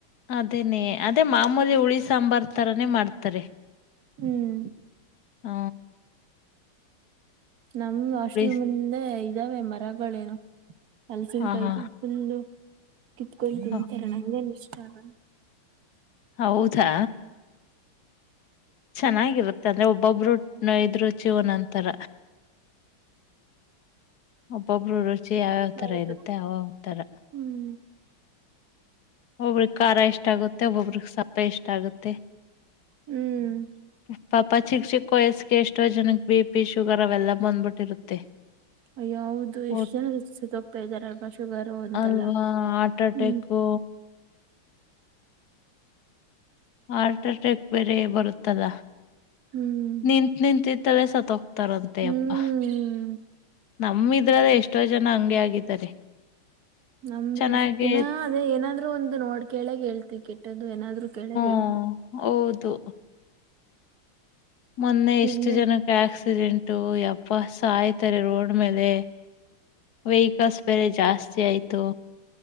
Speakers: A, on the left; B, on the right.
A: ಅದೇನೇ ಅದೇ ಮಾಮೂಲಿ ಹುಳಿ ಸಾಂಬಾರ್ ತರಾನೇ ಮಾಡ್ತಾರೆ.
B: ಹ್ಮ್
A: ಹ್ಮ.
B: ನಮ್ ಹಾಸ್ಟೆಲ್
A: ಸ-
B: ಮುಂದೆ ಇದಾವೆ ಮರಗಳೇನು. ಹಲಸಿನಕಾಯಿದು
A: ಆಹಾ
B: ಫುಲ್ಲು. ಕಿತ್ಕೊಂಡು ತಿಂತಾರೆ
A: ಹ
B: ನಂಗೇನ್ ಇಷ್ಟ ಆಗಲ್ಲ.
A: ಹೌದಾ. ಚೆನ್ನಾಗಿರುತ್ತೆ ಅಂದ್ರೆ ಒಬ್ಬೊಬ್ರು ನೊಯ್ರು ರುಚಿ ನಂತರ. ಒಬ್ಬಬರು. ಚಿ ಯಾವ್ಯಾವ್
B: ಹೌದು
A: ತರ ಇರುತ್ತೆ ಯಾವ ತರ.
B: ಹ್ಮ್
A: ಒಬ್ಬ್ರಿಗೆ ಖಾರ ಇಷ್ಟ ಆಗುತ್ತೆ ಒಬ್ಬೊಬ್ರಿಗೆ ಸಪ್ಪೆ ಇಷ್ಟ ಆಗುತ್ತೆ.
B: ಹ್ಮ್
A: ಹ. ಪಾಪ ಚಿಕ್ ಚಿಕ್ಕ ವಯಸ್ ಎಷ್ಟೋ ಜನಕ್ ಬಿ ಪಿ ಶುಗರ್ ಅವೆಲ್ಲ ಬಂದ್ಬಿಟ್ಟಿರುತ್ತೆ.
B: ಅಯ ಹೌದು ಎಷ್ಟು
A: ಒಟ್
B: ಜನ ಸ ಸುತ್ತ ಹೋಗ್ತಾ ಇದ್ದಾರಲ್ವಾ ಶುಗರು ಅಂತೆಲ್ಲ.
A: ಅಲ್ವಾ ಹಾರ್ಟ್ ಅಟ್ಯಾಕ್ಕು.
B: ಹ್ಮ್
A: ಹಾರ್ಟ್ ಅಟ್ಯಾಕ್ ಬೇರೆ ಬರುತ್ತಲಾ.
B: ಹ್ಮ್
A: ನಿಂತ ನಿಂತಿದ್ದಲೇ ಸತ್ತ ಹೋಗ್ತಾರಂತೆ
B: ಹ್ಮ್
A: ಅಪ್ಪಾ. ನಮಿದ್ರಲ್ಲ ಎಷ್ಟೋ ಜನ ಹಂಗೆ ಆಗಿದ್ದಾರೆ
B: ನಮ್ರಲ್ಲಿ
A: ಚೆನ್ನಾಗಿ
B: ಸುತ್ತಿನ ಅದೇ ಏನಾದ್ರು ಒಂದು ನೋಡ್ ಕೇಳಗಗ್ ಹೇಳ್ತಿೀವಿ ಕೆಟ್ಟದ್ದು ಏನಾದ್ರು ಕೆೇಳಗ್ ಹೇಳ್ತವಿ
A: ಹ ಹೌದು ಮೊನ್ನೆ ಎಷ್ಟು
B: ಇನ್ನು
A: ಜನಕ್ಕೆ ಆಕ್ಸಿಡೆಂಟು ಯಪ್ಪ ಸಾಯ್ತಾರೆ ರೋಡ್ ಮೇಲೆ. ವೆಹಿಕಲ್ಸ್ ಬೇರೆ ಜಾಸ್ತಿ ಆಯ್ತು.